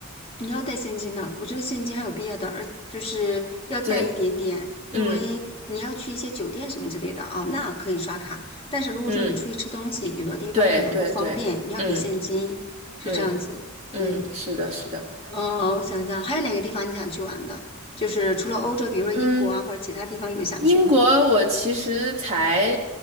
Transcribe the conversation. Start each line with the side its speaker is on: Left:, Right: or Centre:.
Left: 你要带现金的，我觉得现金还有必要的，而就是要带一点点，
Right: 对，
Left: 因为你要去一些酒店什么之类的啊，
Right: 嗯。
Left: 那可以刷卡。但是如果说你出去吃东西，
Right: 嗯，
Left: 有的地方可能不方便，
Right: 对对对，
Left: 你要给现金，
Right: 嗯
Left: 是这样子。
Right: 嗯嗯，
Left: 嗯，
Right: 是的，是的，
Left: 呃，我想想，还有哪个地方你想去玩的？就是除了欧洲，比如说英国啊，
Right: 嗯。
Left: 或者其他地方有想去吗？
Right: 英国我其实才